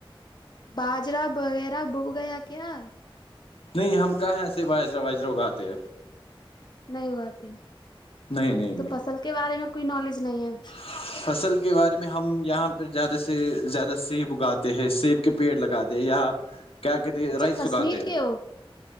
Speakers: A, on the left; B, on the left.
A: باجرا وغیرہ بب گیا کیا
B: نہیں ہم کہاں ہیں ایسے وارا وائجرا اگاتے
A: نہیں ہواتے
B: نہیں نہیں نہیں
A: تو فصل کے بارے میں کوئی نالج نہیں ہے
B: فصل کے بارے میں ہم یہاں پہ زیادہ سے زیادہ سیب اگاتے ہیں سیب کے پیڑ لگاتے یا کیا کہتے
A: اچھا
B: رائس سکھاتے
A: کشمیر کے ہو